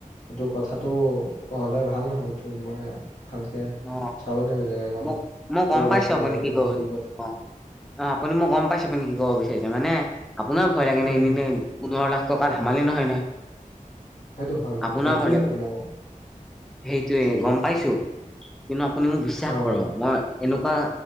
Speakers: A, on the left; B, in the centre.
A: এইটো কথাাতটো হলে ভাল হ'বতো মই ভালকে
B: অ',
A: চাব লাগিব জেগাকণ
B: মই-মই গম
A: ক'ত
B: পাইছো
A: আছে
B: আপুনি
A: জেগাকণ
B: কি ক'ব
A: কথা
B: অ' অ', আপুনি মই গম পাইছে আপুনি কি ক'ব বিচাৰিছে মানে আপোনাৰ ভয় লাগে
A: উম
B: নে এনে এনে পোন্ধৰ লাখ টকা ধেমালি নহয় নহয়।
A: সেইটো হয় বাৰু
B: আপোনাও
A: সেইটোৱে
B: ভয় লাগে
A: মই
B: সেইটোয়ে
A: সেইটোৱে
B: গ'ম পাইছে। কিন্তু আপুনি মোক বিশ্বাস
A: অ
B: কৰক।
A: বাৰু
B: মই এনেকুৱা